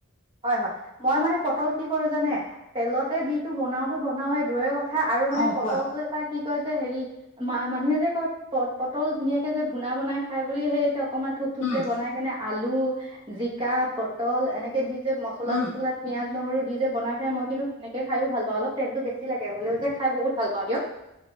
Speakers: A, on the right; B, on the left.
A: হয়-হয়, মই মানে পটল কি কৰো জানে? তেলতে দিটো বনাওতটো বনাওে দয় ক কথা আৰু মানে
B: অ
A: পটলটো
B: কোৱা
A: এটা কি কয় যে হেৰি ম-মানুহে যে কয় প-পটল ধুনীয়াকে যে ভূনা বনাই খাই বুলি সেই যে অকমান থোপ-থোপ
B: উম
A: কে বনাই কেনে আলু, জিকা, পটল, এনেকে দি যে মছলা
B: উম
A: চছলা পিঁয়াজ নহৰু দি যে বনাই খাই মই কিন্তু তেনেকে খাইও ভাল পাও, অলপ তেলটো বেছি লাগে হলেও যে খাই বহুত ভাল পাওঁ দিয়ক।